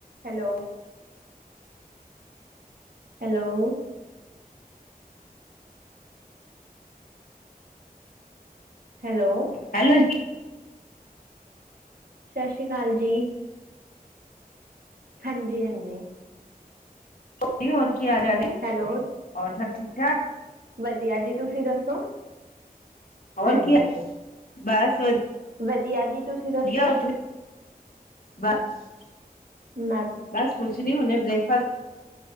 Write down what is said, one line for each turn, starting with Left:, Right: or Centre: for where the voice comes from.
Right: Hello, hello, hello,
Left: hello, ਜੀ।
Right: ਸਤਿ ਸ਼੍ਰੀ ਅਕਾਲ, ਜੀ। ਹਾਂਜੀ, ਹਾਂਜੀ।
Left: ਜੀ, ਹੋਰ ਕੀ ਹਾਲ ਚਾਲ ਹੈ,
Right: ਹੈਲੋ
Left: ਹੋਰ ਸਭ, ਠੀਕ ਠਾਕ?
Right: ਵਧੀਆ, ਜੀ, ਤੁਸੀਂ ਦੱਸੋ,
Left: ਹੋਰ
Right: ਹਾਂਜੀ।
Left: ਕੀ ਬਸ
Right: ਵਧੀਆ, ਜੀ। ਤੁਸੀਂ ਦੱਸੋ?
Left: ਵਧੀਆ ਤੁਸੀਂ ਬਸ।
Right: ਮੈਮ।
Left: ਬਸ, ਕੁਛ ਨੀ ਹੁਨੇ, ਬ੍ਰੇਕ ਫਾਸਟ।